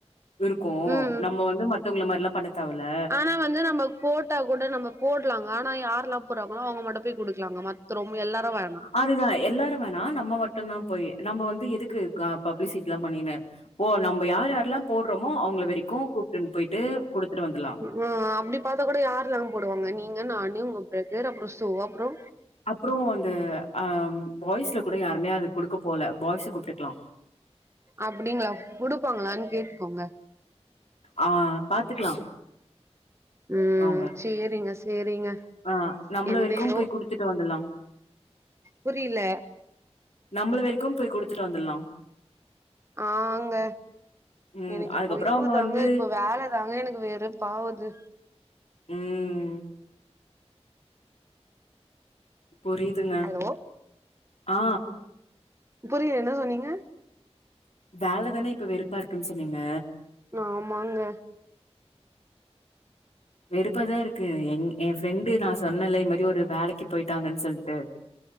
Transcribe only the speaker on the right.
ம்
ஆனா வந்து நம்ம போட்டா கூட நம்ம போடலாங்க ஆனா யாரெல்லா போடுறாங்களோ அவுங்க மட்டு போய் குடுக்கலாங்க மத்த ரொம்ப எல்லாரு வேணா
ம் அப்படி பாத்தா கூட யார் <unintelligible> போடுவாங்க நீங்க நானு உங்க பிரதர் அப்பற ஷூவா அப்றோ
அப்டிங்களா குடுப்பாங்களான் கேட்டுக்கோங்க
ம்
சேரிங்க சேரிங்க
என்னையோ
புரில
ஆ ங்க
எனக்கு
இப்போ இதுவு
தாங்க
இப்ப வேல தாங்க எனக்கு வெறுப்பாவுது
ஹலோ
புரில என்ன சொன்னீங்க
ஆமாங்க